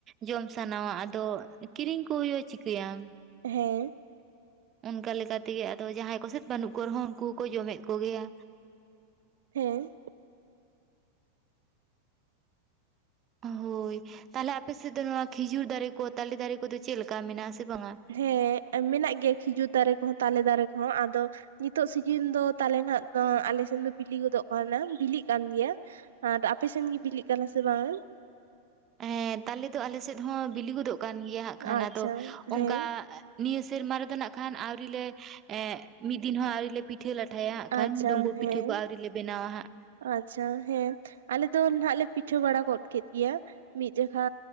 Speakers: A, on the right (about 30°); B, on the right (about 60°).
A: ᱡᱚᱢ ᱥᱟᱱᱟᱣᱟ ᱟᱫᱚ ᱠᱤᱨᱤᱧ ᱠᱚ ᱦᱩᱭᱩᱜᱼᱟ ᱪᱤᱠᱟᱭᱟᱢ?
B: ᱦᱮᱸ᱾
A: ᱚᱱᱠᱟ ᱞᱮᱠᱟ ᱛᱮᱜᱮ ᱟᱫᱚ ᱡᱟᱦᱟᱸᱭ ᱠᱚᱥᱮᱫ ᱵᱟᱹᱱᱩᱜ ᱠᱚ ᱨᱮᱦᱚᱸ ᱩᱱᱠᱩ ᱦᱚᱸᱠᱚ ᱡᱚᱢᱮᱫ ᱠᱚᱜᱮᱭᱟ᱾
B: ᱦᱮᱸ᱾
A: ᱦᱳᱭ ᱛᱟᱦᱚᱞᱮ ᱟᱯᱮ ᱥᱮᱫ ᱫᱚ ᱱᱚᱣᱟ ᱠᱷᱤᱡᱩᱨ ᱫᱟᱨᱮ ᱠᱚ ᱛᱟᱞᱮ ᱫᱟᱨᱮ ᱠᱚᱫᱚ ᱪᱮᱫᱮ ᱞᱮᱠᱟ ᱢᱮᱱᱟᱜᱼᱟ ᱟᱥ ᱵᱟᱝᱟ?
B: ᱦᱮᱸ ᱢᱮᱱᱟᱜ ᱜᱮᱭᱟ ᱠᱷᱤᱡᱩᱨ ᱫᱟᱨᱮ ᱠᱚᱦᱚᱸ ᱛᱟᱞᱮ ᱫᱟᱨᱮ ᱠᱚᱦᱚᱸ ᱟᱫᱚᱼᱼ ᱱᱤᱛᱚᱜ ᱥᱤᱡᱤᱱ ᱫᱚ ᱛᱟᱞᱮ ᱱᱟᱦᱟᱜ ᱫᱚ ᱥᱮᱱ ᱫᱚ ᱵᱤᱞᱤ ᱜᱚᱫᱚᱜ ᱠᱟᱱᱟ ᱵᱤᱞᱤᱜ ᱠᱟᱱ ᱜᱮᱭᱟ᱾ ᱟᱨ ᱟᱯᱮ ᱥᱮᱱ ᱜᱮ ᱵᱤᱞᱤᱜ ᱠᱟᱱᱟ ᱥᱮ ᱵᱟᱝᱼᱟ?
A: ᱦᱮᱸ ᱛᱟᱞᱮ ᱫᱚ ᱟᱞᱮ ᱥᱮᱫ ᱦᱚᱸ ᱵᱤᱞᱤ ᱜᱚᱫᱚᱜ ᱠᱟᱱ ᱜᱮᱭᱟ ᱦᱟᱜᱸ ᱠᱷᱟᱱ
B: ᱟᱪᱪᱷᱟ
A: ᱟᱫᱚ ᱚᱱᱠᱟ-
B: ᱦᱮᱸ
A: ᱱᱤᱭᱟᱹ ᱥᱮᱨᱢᱟ ᱨᱮᱫᱚ ᱱᱟᱜ ᱠᱷᱟᱱ ᱟᱹᱣᱨᱤ ᱞᱮ ᱮ ᱢᱤᱫ ᱫᱤᱱ ᱦᱚᱸ ᱟᱹᱣᱨᱤ ᱞᱮ- ᱯᱤᱴᱷᱟᱹ ᱞᱟᱴᱷᱟᱭᱟ ᱦᱟᱜᱸ ᱠᱷᱟᱱ
B: ᱟᱪᱪᱷᱟ
A: ᱰᱩᱢᱵᱩᱜ
B: ᱦᱮᱸ
A: ᱯᱤᱴᱷᱟᱹ ᱠᱚ ᱟᱹᱣᱨᱤ ᱞᱮ ᱵᱮᱱᱟᱣᱟ ᱦᱟᱸᱜ᱾
B: ᱟᱪᱪᱷᱟ ᱦᱮᱸ ᱟᱞᱮ ᱫᱚ ᱟᱜ ᱞᱮ ᱯᱤᱴᱷᱟᱹ ᱵᱟᱲᱟ ᱜᱚᱫ ᱠᱮᱫ ᱜᱮᱭᱟ᱾ ᱢᱤᱫ ᱡᱷᱟᱠᱷᱟ